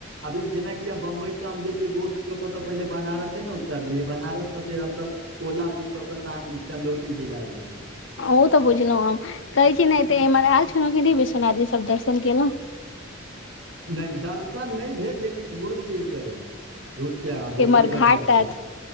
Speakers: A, on the right (about 70°); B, on the left (about 75°).
A: अभी जेनि अब बम्बई से हम गेलियै दोस्त केत त पहि बनारस ह ने तलियै बनारस तऽ फेर हमस ओला बुक कऽ के तहन चंदौली जिला ए
B: ओ तऽ बुझलौ हम कहै छी ने एते एमहर आयल छल की विश्वनाथ जी सब दर्शन केलौ
A: नहि दर्शन नहि भेल लेकिन घूमि फिरि कऽ अयलु झूठ किया झूठ
B: एम्हर
A: नहि
B: घाट
A: बजबाक
B: तात
A: चाही